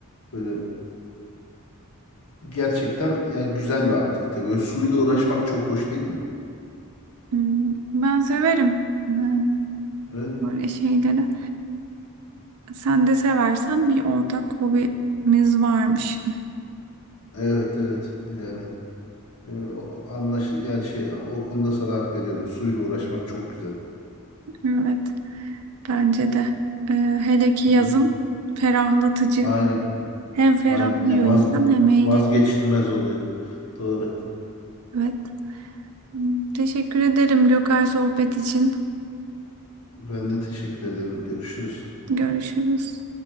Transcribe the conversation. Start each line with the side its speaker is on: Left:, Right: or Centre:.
Left: Böyle gerçekten yani güzel bir aktivite. Böyle suyla uğraşmak çok hoş değil mi?
Right: Hmm, ben severim ee,
Left: Evet.
Right: böyle şeyleri. Sen de seversen bir ortak hobimiz varmış.
Left: Evet evet yani. e, o- Anlaş yani şey o konuda sana hak veriyorum. Suyla uğraşmak çok güzel.
Right: Evet bence de. Ee, hele ki
Left: Hı
Right: yazın
Left: hı.
Right: ferahlatıcı.
Left: Aynen.
Right: Hem ferahlıyor
Left: Aynen ya vaz,
Right: insan hem eğleniyor.
Left: vazgeçilmez oluyor. Doğru.
Right: Evet. Tamam. Teşekkür ederim Gökay sohbet için.
Left: Ben de teşekkür ederim. Görüşürüz.
Right: Görüşürüz.